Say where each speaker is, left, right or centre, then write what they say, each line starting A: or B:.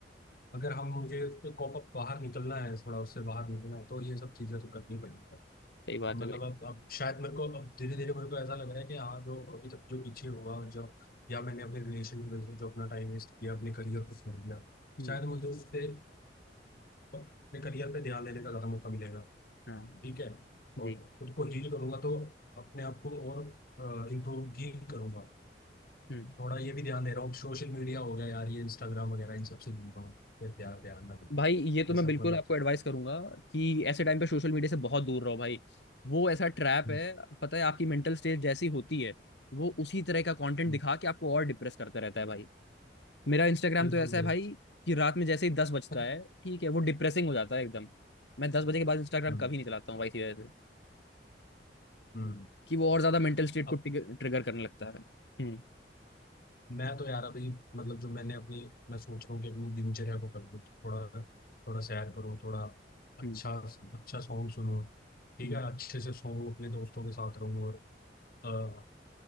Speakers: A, on the left; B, on the left.
A: अगर हम मुझे उस पे कॉप अप बाहर निकलना है थोड़ा उससे बाहर निकलना है तो ये सब चीज़ें तो करनी पड़ेगी
B: सही बात
A: मतलब
B: है भाई
A: अब अब शायद मेरे को अब धीरे धीरे मेरे को ऐसा लग रहा है कि हाँ जो अभी तक जो पीछे हुआ जो या मैंने अपने रिलेशन की वजह से जो अपना टाइम वेस्ट किया अपने करियर को छोड़ दिया
B: हम्म
A: शायद मुझे उससे अपने करियर पे ध्यान देने का ज़्यादा मौका मिलेगा
B: हाँ
A: ठीक है
B: जी
A: और खुद को हील करूंगा तो अपने आप को और इम्प्रूव भी करूंगा
B: हम्म
A: थोड़ा ये भी ध्यान दे रहा हूँ सोशल मीडिया हो गया यार ये इंस्टाग्राम वगैरह इन सबसे दूर रहूँ ये ध्यान ध्यान ना दूँ
B: भाई ये तो
A: ये
B: मैं
A: सब
B: बिल्कुल
A: मतलब
B: आपको एडवाइस करूंगा कि ऐसे टाइम पे सोशल मीडिया से बहुत दूर रहो भाई वो ऐसा ट्रैप
A: हम्म।
B: है पता है आपकी मेंटल स्टेट जैसी होती है वो उसी तरह का कंटेंट
A: हम्म,
B: दिखा के आपको और डिप्रेस करता रहता है भाई मेरा इंस्टाग्राम
A: बिल्कुल
B: तो ऐसा है
A: बिल्कुल
B: भाई कि रात में जैसे ही दस बजता
A: <laughs>
B: है ठीक है वो डिप्रेसिंग हो जाता है एकदम मैं दस बजे के बाद इंस्टाग्राम
A: हम्म
B: कभी नहीं चलाता हूँ भाई सीधे से
A: हम्म
B: कि वो और ज्यादा मेंटल स्टेट
A: अब
B: को ट्रिगर करने लगता है हम्म
A: मैं तो यार अभी मतलब जो मैंने अपनी मैं सोच रहा हूँ कि अपनी दिनचर्या को कर लूँ थोड़ा थोड़ा सैर करूँ थोड़ा अच्छा
B: हम्म
A: अच्छा सॉन्ग सुनूँ ठीक
B: हम्म
A: है अच्छे से सोऊं अपने दोस्तों के साथ रहूँ और अ,